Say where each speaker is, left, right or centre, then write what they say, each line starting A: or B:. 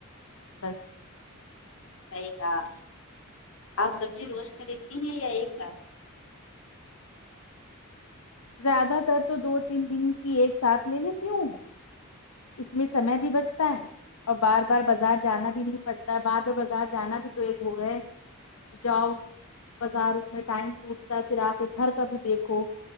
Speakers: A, on the left; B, on the left.
A: بس
B: صحیح کہا آپ سبزی روز خریدتی ہیں یا ایک ساتھ
A: زیادہ تر تو دو تین دن کی ایک ساتھ لے لیتی ہوں اس میں سمے بھی بچتا ہے اور بار بار بازار جانا بھی نہیں پڑتا بار بار بازار جانا بھی تو ایک وہ ہے جاؤ بازار اس میں ٹائم پہچتا ہے پھر آ کے گھر کا بھی دیکھو